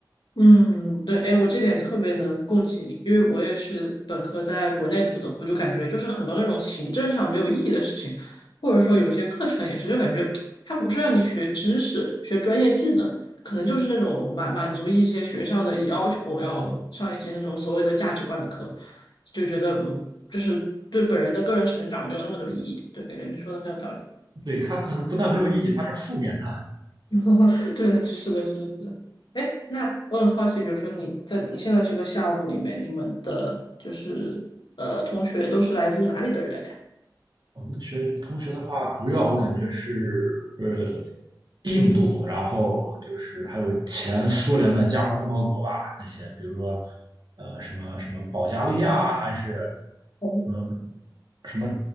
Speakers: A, on the left; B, on the right.
A: 嗯，对，哎，我这点特别能共情你，因为我也是本科在国内读的，我就感觉就是很多那种行政上没有意义的事情，或者说有一些课程也是，就感觉 <tsk> 它不是让你学知识、学专业技能，可能就是那种满满足一些学校的要求，要上一些那种所谓的价值观的课，就觉得嗯，就是对本人的个人成长没有那么有意义。对，感觉你说的很有道理。
B: 对，它可能不但没有意义，它是负面的。
A: <laughs> 对，是的，是的，是的。哎，那我很好奇，比如说你在你现在这个项目里面，你们的就是呃同学都是来自哪里的人呀？
B: 我们学同学的话，主要我感觉是呃印度，然后就是还有前苏联的加盟共和国吧，那些比如说呃什么什么保加利亚还是
A: 哦，
B: 什么什么